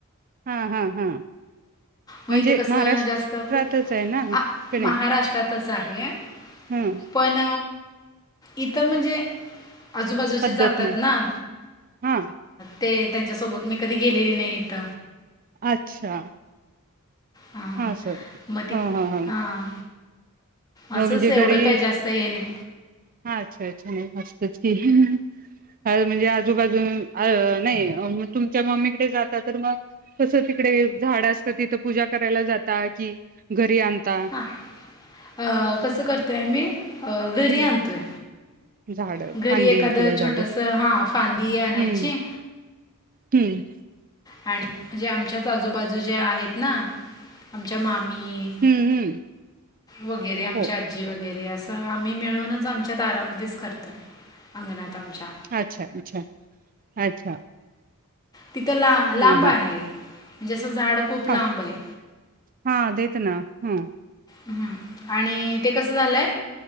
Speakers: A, on the right; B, on the left.
A: हा हा हा
B: मग
A: म्हणजे
B: इथं कसं
A: महाराष्ट्रातच
B: जास्त को-
A: आहे ना
B: आ-
A: क नाय?
B: महाराष्ट्रातच आहे
A: हम्म
B: पण इथं म्हणजे आजूबाजूचे
A: पद्धत
B: जातात
A: नाही
B: ना
A: हा
B: ते त्यांच्यासोबत मी कधी गेलेली नाही हित
A: अच्छा!
B: हां
A: हा सर
B: मग ती
A: हा हा हा
B: हां
A: मग
B: असंच
A: म्हणजे
B: एवढं
A: घरी
B: काय जास्त हे नाही
A: हा अच्छा अच्छा! मस्तच ह अर म्हणजे आजूबाजू अ अ नाही तुमच्या मम्मीकडे जाता तर मग कस तिकडे झाड असतं तिथं पूजा करायला जाता कि घरी आणता?
B: हां अ कसं करतोय आम्ही घरी
A: हम्म
B: आणतोय.
A: झाड
B: घरी
A: फांदी
B: एखादं
A: किंवा झाड
B: छोटस हा फांदी आणायची
A: हम्म हम्म
B: आणि म्हण जे आमच्याच आजूबाजूच्या आहेत ना? आमच्या मामी
A: हम्म हम्म
B: वगैरे आमच्या
A: हो
B: आजी वगैरे वगैरे असं आम्ही मिळूनच आमच्या दारामध्येच करतोय अंगणात आमच्या.
A: अच्छा अच्छा अच्छा!
B: तिथं ला लांब
A: ह ह
B: आहे जे असं झाड खूप लांब
A: ह
B: आहे.
A: हा तेच ना हा.
B: ह् आणि ते कसं झालंय